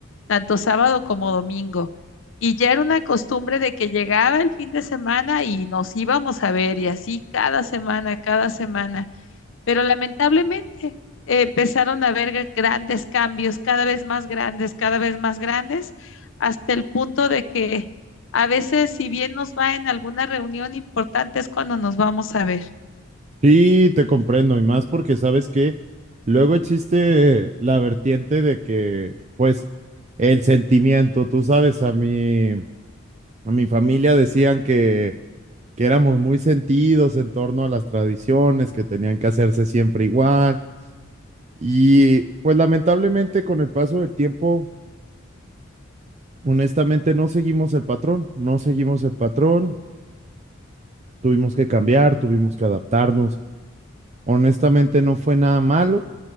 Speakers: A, on the left; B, on the right.
A: tanto sábado como domingo. Y ya era una costumbre de que llegaba el fin de semana y nos íbamos a ver y así cada semana, cada semana pero lamentablemente eh, empezaron a haber grandes cambios, cada vez más grandes, cada vez más grandes, hasta el punto de que a veces, si bien nos va en alguna reunión importante, es cuando nos vamos a ver.
B: Sí, te comprendo, y más porque sabes que luego existe la vertiente de que, pues, el sentimiento, tú sabes, a mi, a mi familia decían que, que éramos muy sentidos en torno a las tradiciones, que tenían que hacerse siempre igual, y pues lamentablemente con el paso del tiempo, honestamente, no seguimos el patrón, no seguimos el patrón, tuvimos que cambiar, tuvimos que adaptarnos, honestamente no fue nada malo